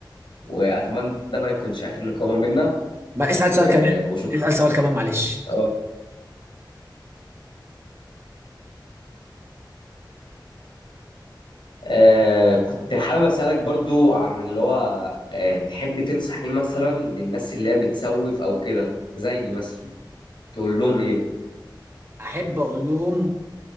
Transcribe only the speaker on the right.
ما اسأل
سؤال كمان
اسأل سؤال كمان معلش
أحب أقول لهم